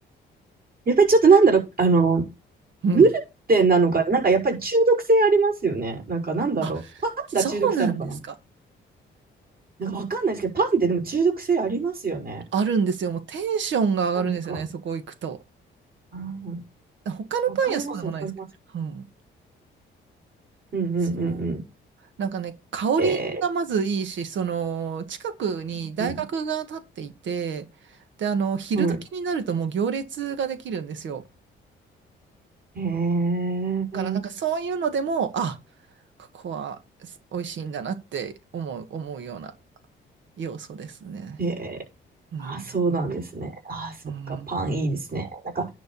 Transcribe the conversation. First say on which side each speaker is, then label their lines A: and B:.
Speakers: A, on the right; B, on the right.
A: やっぱりちょっとなんだろう、あの
B: うん。
A: グルテンなのか、なんかやっぱり中毒性ありますよね。なんかなんだろう。
B: あ、
A: パンが中毒性あるのかな
B: そうなんですか。
A: なんかわかんないですけど、パンってでも中毒性ありますよね。
B: あるんですよ。もうテンションが上がるんですよね、
A: なんか、
B: そこ行くと。
A: うん、
B: 他のパン屋そうでもないですけど。
A: わかります、わかります。
B: うん。
A: うんうんうんうん。
B: そう。なんかね、香りがまずいいし、
A: えー、
B: その、近くに大学が建っていて、
A: うん、
B: で、あの、昼時になるともう行列ができるんですよ。
A: うん。へえ、
B: だからなんかそういうのでも、あ、ここはす美味しいんだなって思う、思うような要素ですね。
A: へあ、
B: うん。
A: そうなんですね。あ、そっか、
B: うん。
A: パンいいですね。なんか、